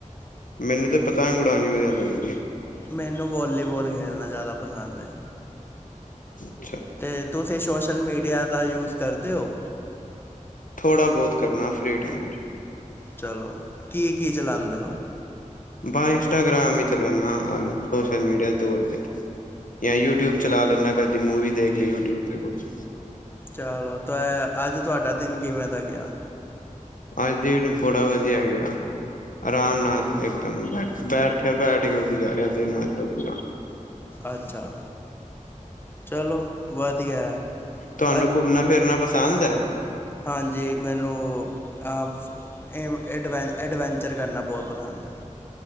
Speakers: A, on the left; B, on the left.
A: ਮੈਨੂੰ ਤੇ ਪਤੰਗ ਉੜਾਨੀ ਵਦੀਆ ਲੱਗਦੀ ਏ।
B: ਮੈਨੂੰ ਵੋਲੀਬੋਲ ਖੇਲਨਾ ਜਾਦਾ ਪਸੰਦ ਐ।
A: ਹ।
B: ਤੇ ਤੁਸੀਂ ਸੋਸ਼ਲ ਮੀਡੀਆ ਦਾ ਯੂਜ ਕਰਦੇ ਓ।
A: ਥੋੜਾ ਬੋਤ ਕਰਨਾ ਫਰੀ ਟਾਈਮ ਚ।
B: ਚਲੋ ਕੀ-ਕੀ ਚਲਾਂਦੇ ਓਂ।
A: ਬਸ ਇੰਸਟਾਗ੍ਰਾਮ ਈ ਚਲਾਨਾ ਸੋਸ਼ਲ ਮੀਡੀਆ ਤੌਰ ਤੇ। ਜਾਂ ਯੂਟਿਊਬ ਚਲਾ ਲੈਂਨਾ ਕਦੀ ਮੂਵੀ ਦੇਖ ਲਈ ਯੂਟਿਊਬ ਤੇੇ ਕੁਛ
B: ਚਲੋ ਤੈ ਅੱਜ ਤੁਆਡਾ ਦਿਨ ਕਿਵੇਂ ਦਾ ਗੇਆ।
A: ਅੱਜ ਦਿਨ ਬੜਾ ਵਦੀਆ ਗੇਆ। ਆਰਾਮ ਨਾਲ ਇੱਕਦਮ ਬੈਠੇ ਬੈਠ ਕੇ ਗੁਜ਼ਾਰੇਆ ਦਿਨ ਅੱਜ ਦਾ ਪੂਰਾ।
B: ਅੱਛਾ, ਚਲੋ ਵਧੀਆ ਹੈ।
A: ਤਆਨੂੰ
B: ਅ-
A: ਘੁੰਮਨਾ ਫਿਰਨਾ ਪਸੰਦ ਐ।
B: ਹਾਂਜੀ ਮੈਨੂੰ ਅ ਫ ਐਂ ਐਡਵੈਂ ਐਡਵੈਂਚਰ ਕਰਨਾ ਬੋਤ ਪਸੰਦ ਐ।